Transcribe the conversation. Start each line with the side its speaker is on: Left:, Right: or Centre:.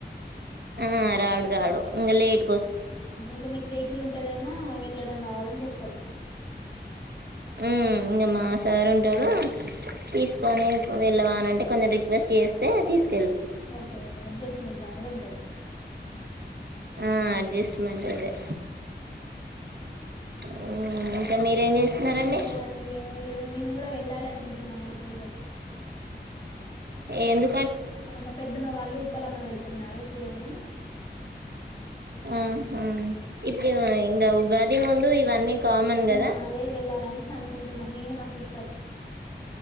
Right: ఆ రాడు రాడు ఇంగ్ లేట్
Left: ఇక మీకు వెహికల్ ఉంటదేమో వెళ్లడం రావడం చేస్ సరేనా
Right: మ్మ్ ఇంగ మాస్క్ సారు ఉంటాడు
Left: ఉహు
Right: తీసుకొని వెళ్ళవాల అంటే కొంచెం రిక్వెస్ట్ చేస్తే తీసుక్
Left: ఓకే ఓకే అడ్జస్ట్మెంట్ అనేది ఉంటది
Right: ఆ అడ్జస్ట్మెంట్ అదే
Left: మ్మ్ హ్మ్
Right: మ్మ్ ఇకా మీరేం చేస్తున్నారండి
Left: ఏం లేదండి మేము ఈరోజు మేము కూడా వెళ్ళాలి అనుకుంటున్నాం ఊరికి ఈరోజు
Right: ఎందు
Left: ఆ మా పెద్దమ్మ వాళ్ళు ఉప్పలమ్మ పెడుతున్నారు దవుని
Right: ఆ అహా ఇపుడు ఇంగా ఉగా ఇది ముందు ఇవన్నీ కామన్
Left: ఆ
Right: కదా
Left: అదే వెళ్ళాలనేసి అనుకుంటున్నాం నేను మా సిస్టర్